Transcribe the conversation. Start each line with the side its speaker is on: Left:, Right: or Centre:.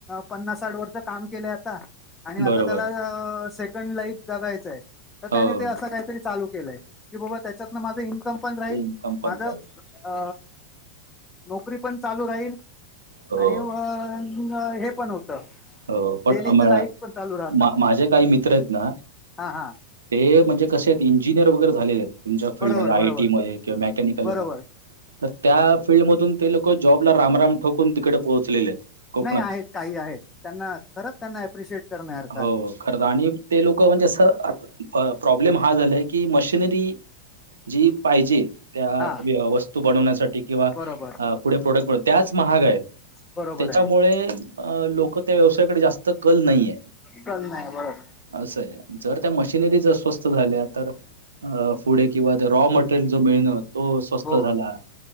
Left: पन्नास, साठ वर्ष काम केले आता आणि
Right: बरोबर
Left: आता त्याला शेत पण लाईफ जगायचं आहे. तर
Right: हो
Left: त्याने ते असं काहीतरी चालू केलंय. की बाबा, त्याच्यातन माझं इन्कम पण राहील
Right: इन्कम
Left: माझं
Right: पण राहील
Left: अ नोकरी पण चालू राहील.
Right: हो
Left: आणि अ हे पण होतं.
Right: हो, पण
Left: डेलीच
Right: अमळ,
Left: लाईफ पण चालू राहतं
Right: माझे काही मित्र आहेत ना
Left: हा हा
Right: ते म्हणजे कसे आहेत इंजिनियर वगैरे झालेले ‌. तुमच्या फीलल्डमध्ये
Left: बरोबर
Right: आयटी
Left: बरोबर
Right: मध्ये किंवा मेकॅनिकलमध्ये.
Left: बरोबर
Right: तर त्या फीलल्ड मधून ते लोक जॉबला रामराम ठोकून तिकडे पोहोचलेले. कोकणात
Left: नाही आहेत काही आहेत त्यांना खरंच त्यांना अप्रिशिएट करण्यासारखं
Right: हो
Left: आहे.
Right: खरं आणि ते लोक म्हणजे असं प्रॉब्लेम हा झालाय की मशनरी जी पाहिजे त्या
Left: हा
Right: वस्तू बनवण्यासाठी किंवा
Left: बरोबर
Right: पुढे प्रोडक्ट बनव त्याच महाग आहेत.
Left: बरोबर
Right: त्याच्यामुळे
Left: आहे
Right: अ लोक त्या व्यवसायाकडे जास्त कल नाहीये.
Left: कल नाही बरोबर.
Right: असं आहे जर त्या मशिनरी जर स्वस्त झाल्या तर पुढे किंवा रॉ म टल जो मिळण तो स्वस्त
Left: हो
Right: झाला.